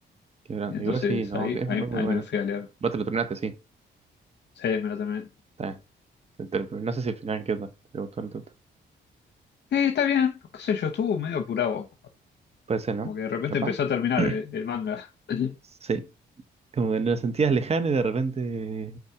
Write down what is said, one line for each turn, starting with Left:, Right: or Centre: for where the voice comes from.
Right: Qué grande.
Left: Entonces
Right: Igual sí, no,
Left: ahí,
Right: que es
Left: ahí,
Right: muy, muy
Left: ahí
Right: bueno.
Left: me lo fui a leer.
Right: Vos te lo terminaste, sí.
Left: Sí, me lo terminé.
Right: Está bien. Te- te lo termin- No sé si al final qué onda. ¿Te gustó o no te gustó?
Left: Sí, está bien, qué sé yo, estuvo medio apurado.
Right: Puede ser, ¿no?
Left: Como que de repente
Right: ¿Capaz?
Left: empezó a terminar
Right: <clears throat>
Left: el, el manga. <laughs>
Right: Sí, como que lo sentías lejano y de repente...